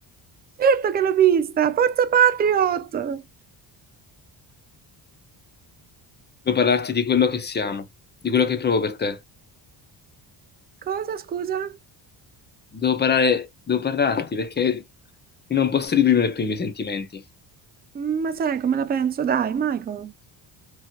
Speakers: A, on the right; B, on the left.
A: Certo che l'ho vista, forza Patriot.
B: Devo parlarti di quello che siamo, di quello che provo per te.
A: Cosa, scusa?
B: Devo parlare, devo parlarti perché io non posso reprimere più i miei sentimenti.
A: Mm, Ma sai come la penso? Dai, Michael.